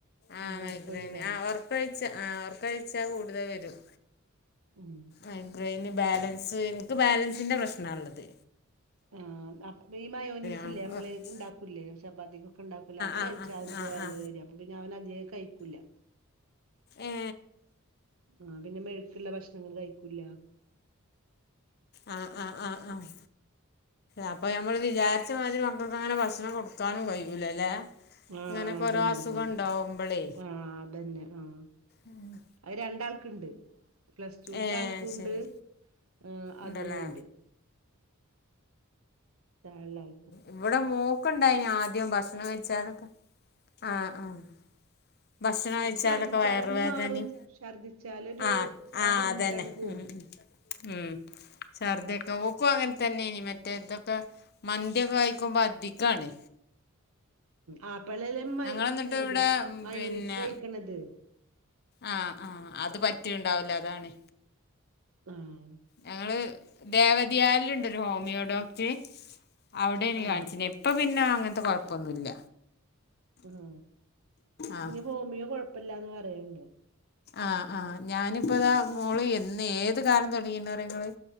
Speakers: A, on the left (about 50°); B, on the right (about 75°).
A: ആഹ്
B: ഉം
A: മൈഗ്രേന്
B: ഉറക്കൊഴിച്ചാല്
A: ഉറക്കമൊഴിച്ചാൽ ആഹ് ഉറക്കമൊഴിച്ചാൽ കൂടുതൽ വരും
B: ഉം
A: മൈഗ്രെയിന് ബാലൻസ് ഇൻക്ക് ബാലൻസിന്റെ പ്രശ്നാള്ളത്
B: ആഹ് അപ്പൊ ഈ മയോനിസ്
A: ആ
B: ഇല്ലേ നമ്മള്
A: ആ
B: ഉണ്ടാക്കൂലേ ചപ്പാത്തിക്കൊക്കെണ്ടാകുലേ അത്
A: ആ
B: കഴിച്ചാൽ
A: ആ
B: അവർക്ക്
A: ആ
B: വേദന
A: ആ
B: വരിക പിന്നെ അവൻ അദ്ധ്യേ കഴിക്കൂല്ല
A: ഏ
B: ആഹ് പിന്നെ മെഴുക്ക്ള്ള ഭക്ഷണങ്ങൾകഴിക്കൂല്ല
A: ആഹ് ആഹ് ആഹ് ആഹ് അപ്പൊ നമ്മള് വിചാരിച്ച മാതിരി മക്കൾക്ക് അങ്ങനെ ഭക്ഷണം കൊടുക്കാനും കഴിയൂല്ല അല്ലെ
B: ആഹ്
A: ഇങ്ങനൊക്കെ
B: അതന്നെ
A: ഒരോ അസുഖം
B: അതന്നെ
A: ഉണ്ടാവുമ്പളേ
B: ആഹ് അത് തന്നെ ആഹ്
A: ഏഹ്
B: അത് രണ്ടാൾക്ക്ണ്ട് പ്ലസ്ടൂൽത്തെ
A: ഏ
B: ആൾക്കൂണ്ട്
A: ശരി
B: ഉം
A: ഉണ്ടല്ലേ
B: അതിനൂണ്ട് താഴെള്ള ആൾ
A: ഇവടെ മോക്ക്ണ്ടേയ്നി ആദ്യം ഭക്ഷണം കഴിച്ചാലൊക്കെ ആഹ് ആഹ് ഭക്ഷണം കഴിച്ചാലൊക്കെ
B: അത് ഛർദിച്ചാലണ്ട്
A: വയറുവേദനിം
B: മാറും ഛർദിച്ചാലൊരു
A: ആഹ് ആഹ്
B: ആ ബുദ്ധിമുട്ടാണ്ട്
A: അതന്നെ
B: പോവും
A: ഉം ഉം ഉം ഛർദ്ദി ഒക്കെ ഓക്കും അങ്ങൻതന്നെനി മറ്റേതൊക്കെ മന്തിയൊക്കെ കഴിക്കുമ്പോ അധികാണ്
B: ആഹ് പെണ്ണല്ലേ മയ്
A: ഞങ്ങളെന്നിട്ട്
B: തിന്ന്ണത്
A: ഇവിടെ
B: മയോനിസ്
A: പിന്നെ
B: കഴിക്ക്ണത്
A: ആഹ് ആഹ് അത് പറ്റ്ണ്ടാവുല അതാണ്
B: ആഹ്
A: ഞങ്ങള് ദേവതിയാലുണ്ട് ഒരു ഹോമിയോ ഡോക്ടർ അവ്ടെനി
B: ആഹ്
A: കാണിച്ചിനി ഇപ്പപിന്നെ അങ്ങൻത്തെ കൊഴപ്പൊന്നുല്ല
B: ആഹ്
A: ആഹ്
B: ഇതിന് ഹോമിയോ കൊഴപ്പില്ലാന്ന് പറയണ്ട്
A: ആഹ് ആഹ് ഞാനിപ്പതാ മോള് എന്ന് ഏത്കാലം തുടങ്ങിണ് അറിയൊങ്ങള്